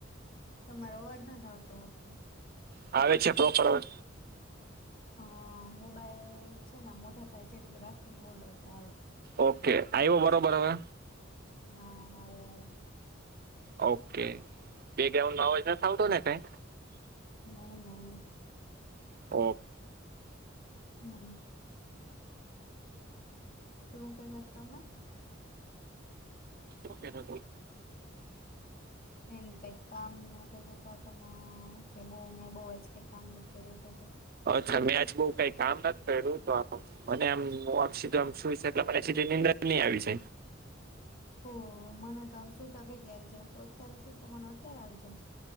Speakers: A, on the left (about 50°); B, on the right (about 50°).
A: તમારો અવાજ નથી આવતો હોડખો.
B: આવે છે પ્રોપર આવે
A: હ મોબાઈલ છે ને મોઢા પાય જે રાખીને બોલો એટલે
B: ઓકે આઈવ બરોબર હવે.
A: હા અ
B: ઓકે બે ગ ન વા સાતો ને કઈ
A: નહી નહી.
B: ઓકે
A: હમ શું કે જતો
B: ઓ
A: એમ ત કામ ન કે તો તમે કે બઉ મેં બહુ જ કઈ કામ ન કર્યું ક
B: તમે આજ બઉુ કઈ કામ નથી કર્યું તો આમ. મને એમ સીધુંમ સુ છે એટલે મ સી નીર નઈ આવી જ
A: ઓ મને તો આમ સુુંતા ભેગા આવી જાય હું તો અત્યારે શું તો મને અત્યારે આવી જશ